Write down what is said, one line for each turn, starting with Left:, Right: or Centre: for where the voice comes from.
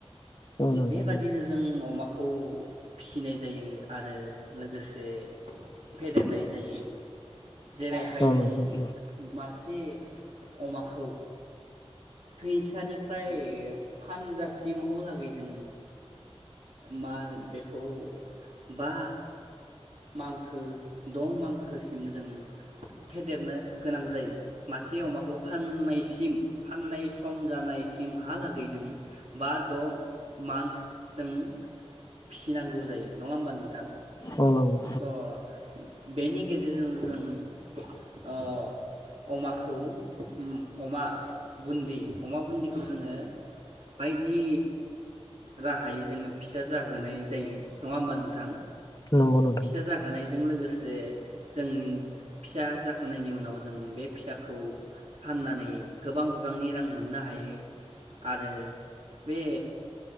Left: औ नोंथां
Right: बेबादिनो
Left: औ
Right: जों अमाखौ फिसिनाय जायो। आरो लोगोसे। फेदेरनाय जायो जेरैहाय
Left: औ
Right: जों
Left: नोंथां
Right: मास। बे अमाखौ। फैसानिफ्राय फानजा टिमावलागै जों मा बेखौ बा। मांखो दं मांखो। सिम जों फेदेरनो गोनां जायो। मासे अमाखौ फाननायसिम फाननाय सम जानायसिम हा लागै दैजों बा। द मान्थ जों फिसिनांगौ जायो नङा होमबा नोंथां
Left: औ नंगौ
Right: स बेनि गेजेरजों जों। ओ अमाखौ। अमा बुन्दि अमा बुन्दिखौ जोङो बायदि राहायै जोङो फिसा जाहोनाय जायो। नङा होमबा नोंथां।
Left: नंगौ नंगौ नोंथां
Right: फिसा जाहोनाय। जों लोगोसे जों। फिसा जाखांनायनि उनाव जों बे। फिसाखौ फाननानै गोबां बिबांनि रां मोननो हायो आरो बे